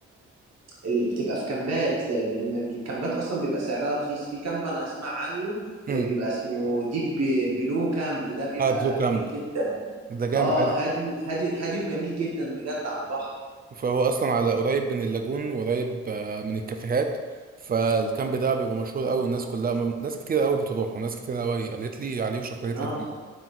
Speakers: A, on the right; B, on the right.
A: اللي بتبقى في كامبات لأن الكامبات أصلا بيبقى سعرها رخيص في كامب أنا أسمع عنه
B: امم
A: آه، بيبقى اسمه ديب بلو كامب ده بيبقى
B: اه بلو
A: جميل
B: كامب
A: جدا
B: ده جامد
A: اه هادي هادي هادي وجميل جدا بجد على البحر
B: فهو اصلا على قريب من اللاجون وقريب آه، من الكافيهات فالكامب ده بيبقى مشهور قوي الناس كلها م- ناس كتير قوي بتروح وناس كتير قوي قالت لي عليه وشكرت
A: اه
B: لي فيه